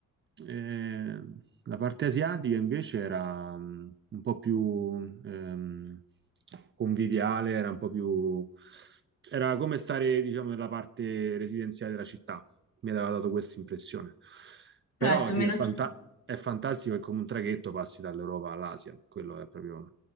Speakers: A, on the right; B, on the left.
A: eh, la parte asiatica invece era mm, un po' più ehm, conviviale, era un po' più... era come stare, diciamo, nella parte residenziale della città. Mi aveva dato questa impressione. Però
B: Certo,
A: sì,
B: meno
A: è, fanta-
B: che
A: è fantastico che con un traghetto passi dall'Europa all'Asia. Quello è proprio...